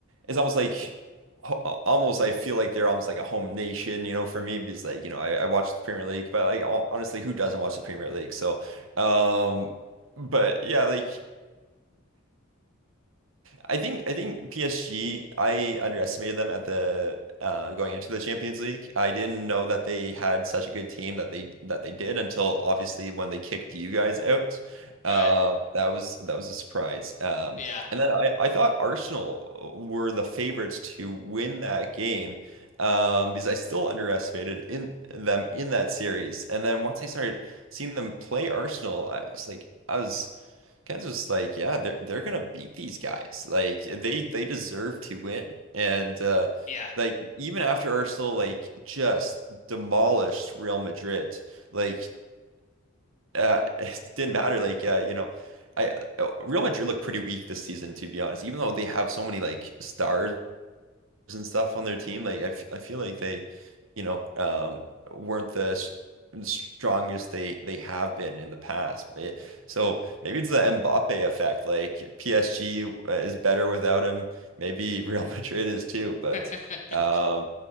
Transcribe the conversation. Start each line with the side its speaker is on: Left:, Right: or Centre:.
Right: it's almost like, ho- almost, I feel like they're almost like a home nation, you know, for me, because like, you know, I, I watch the Premier League, but like, hon- honestly, who doesn't watch the Premier League? So, um, but yeah, like. I think I think PSG, I underestimated them at the uh, going into the Champions League. I didn't know that they had such a good team that they that they did until obviously when they kicked you guys out.
Left: right.
Right: Uh, that was that was a surprise. Um,
Left: Yeah,
Right: and then I, I thought Arsenal uh, were the favorites to win that game um, because I still underestimated in them in that series. And then once I started seeing them play Arsenal, I was like I was. Kansas, like, yeah, they're they're gonna beat these guys. Like they they deserve to win. And uh
Left: yeah.
Right: like even after Arsenal like just demolished Real Madrid, like uh <laughs> it didn't matter. Like uh, you know, I uh, Real Madrid looked pretty weak this season, to be honest, even though they have so many like stars and stuff on their team. Like I, f I feel like they, you know, um, weren't the s- strongest they they have been in the past. Eh, So maybe it's the Mbappe effect. Like PSG uh, is better without him. Maybe Real <laughs> Madrid is too. But
Left: <laughs>
Right: um,